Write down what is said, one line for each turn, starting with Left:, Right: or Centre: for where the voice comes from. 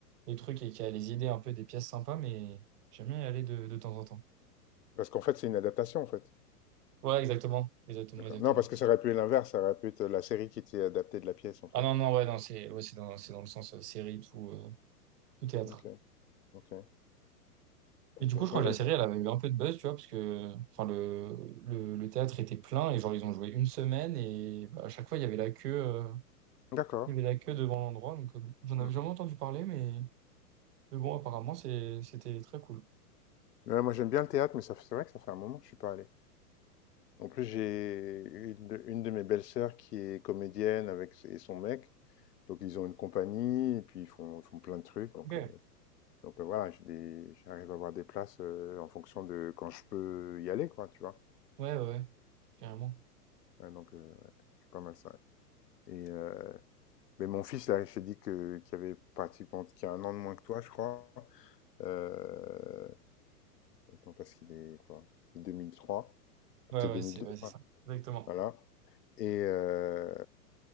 Right: les trucs et qui a les idées un peu des pièces sympas, mais j'aime bien y aller de, de temps en temps.
Left: Parce qu'en fait, c'est une adaptation, en fait.
Right: Ouais, exactement. Exactement,
Left: D'accord.
Right: exactement.
Left: Non, parce que ça aurait pu être l'inverse, ça aurait pu être la série qui était adaptée de la pièce, en fait.
Right: Ah non, non, ouais, non, c'est ouais, c'est dans, c'est dans le sens euh, série, tout, euh, tout théâtre.
Left: Ok, ok, ok.
Right: Et du coup, je crois
Left: Moi,
Right: que
Left: j'aime
Right: la série,
Left: bien.
Right: elle avait eu un peu de buzz, tu vois, parce que enfin, le, le, le théâtre était plein et genre, ils ont joué une semaine et bah, à chaque fois, il y avait la queue, euh,
Left: D'accord.
Right: il y avait la queue devant l'endroit. Donc, euh, j'en
Left: Hmm.
Right: avais jamais entendu parler, mais Mais bon, apparemment, c'est, c'était très cool.
Left: Ouais, moi, j'aime bien le théâtre, mais ça, fait- c'est vrai que ça fait un moment que je suis pas allé. En plus, j'ai une, de une de mes belles-sœurs qui est comédienne avec s- et son mec. Donc, ils ont une compagnie, et puis ils font, ils font plein de trucs. Donc,
Right: Ok. Ouais,
Left: euh, Donc, heu, voilà, j'ai des j'arrive à avoir des places, heu, en fonction de quand je peux y aller, quoi, tu vois?
Right: ouais, ouais, carrément.
Left: Ouais, donc, heu, c'est pas mal ça, ouais et heu, mais mon fils là, je t'ai dit que qu'il avait pratiquement qui a un an de moins que toi, je crois, heu, attends parce qu'il est quoi? 2003,
Right: Ouais,
Left: c'est 2002
Right: ouais, c'est ouais, c'est
Left: ça?
Right: ça. Exactement.
Left: Voilà et heu,